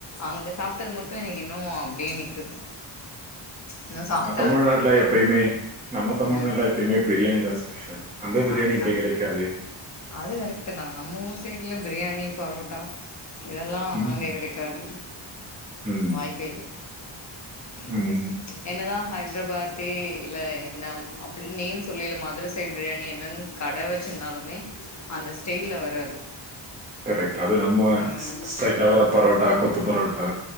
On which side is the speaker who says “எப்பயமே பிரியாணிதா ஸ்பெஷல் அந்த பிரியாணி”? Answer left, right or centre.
Right